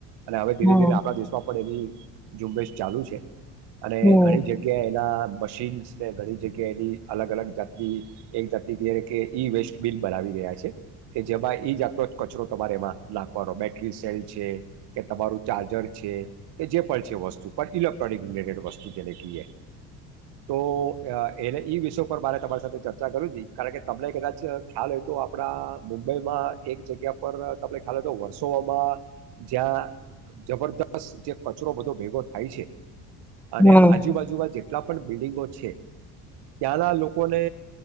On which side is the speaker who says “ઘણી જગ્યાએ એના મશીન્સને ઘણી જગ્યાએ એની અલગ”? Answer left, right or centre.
Right